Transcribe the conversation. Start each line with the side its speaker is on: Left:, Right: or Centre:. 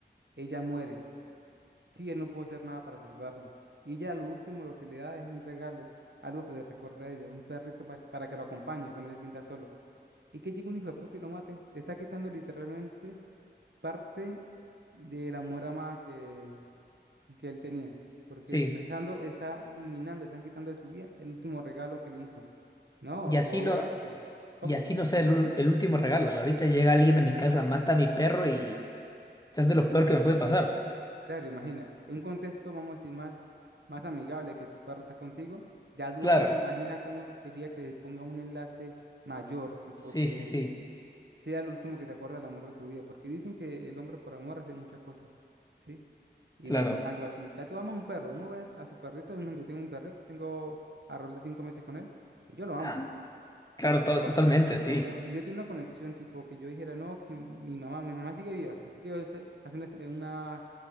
Right: Ella muere. Sí, él no pudo hacer nada para salvarla. Y ya lo último, lo que le da es un regalo, algo que le recuerda a ella, un perrito pa- para que lo acompañe, que no se sienta solo. Y que llegue un hijo de puta y lo mate. Le está quitando literalmente parte de la mujer amada que, que él tenía. Porque
Left: sí.
Right: se le está dando, está eliminando, le están quitando de su vida el último regalo que le hizo. No,
Left: Y
Right: obviamente.
Left: así no,
Right: ¿Cómo?
Left: y así no sea el, ul- el último regalo. O sea, ahorita llega alguien a mi casa, mata a mi perro y o sea, es de lo peor que me puede pasar.
Right: Claro, imagina. En un contexto, vamos a decir, más, más amigable que tu perro está contigo, ya duele.
Left: Claro,
Right: Imagina cómo sería que le ponga un enlace mayor, tipo
Left: sí,
Right: que
Left: sí, sí,
Right: sea el último que te acuerda del amor de tu vida. Porque dicen que el hombre por amor hace muchas cosas. ¿sí? Imagina
Left: claro.
Right: algo así. Ya tú amas un perro. Uno ve a su perrito. un- Yo tengo un perrito, tengo alrededor de cinco meses con él. Y yo lo amo.
Left: Ah, Claro, to-
Right: Lo
Left: totalmente,
Right: amo.
Left: sí,
Right: Pero si yo tengo una conexión, tipo que yo dijera, no, que mi mamá, mi mamá sigue viva. Así que usted hace una, esce- una-